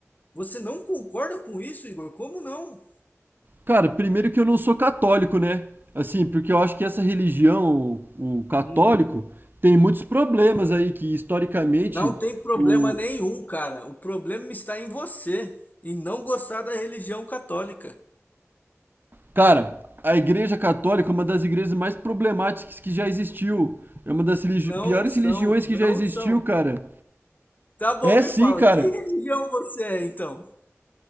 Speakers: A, on the left; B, on the right.
A: Você não concorda com isso, Igor? Como não?
B: Cara, primeiro que eu não sou católico, né? Assim, porque eu acho que essa religião, o católico,
A: Hum.
B: tem muitos problemas aí que historicamente
A: Não tem problema
B: o
A: nenhum, cara. O problema está em você, em não gostar da religião católica.
B: cara, a Igreja Católica é uma das igrejas mais problemáticas que já existiu. É uma das religi-
A: Não
B: piores
A: são,
B: religiões
A: não
B: que já existiu,
A: são.
B: cara.
A: Tá bom,
B: É
A: me
B: sim,
A: fala,
B: cara.
A: que religião você é então?